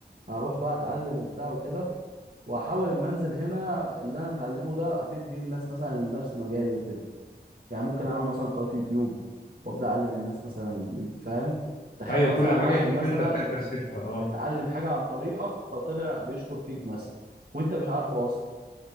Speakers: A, on the right; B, on the left.
A: هروح بقى أتعلم وبتاع وكده وهحاول إما أنزل هنا اللي أنا متعلمه ده أفيد بيه الناس مثلا اللي نفس مجالي وكده يعني ممكن أعمل مثلا قناة يوتيوب وأبدأ أعلم الناس مثلا دي فاهم تخيل
B: ايوه كل
A: مثلا
B: حاجه
A: واحد
B: جديده
A: مثلا
B: انت بتكتسبها اه
A: اتعلم حاجة عن طريقك فطلع بيشكر فيك مثلا وأنت مش عارفه أصلا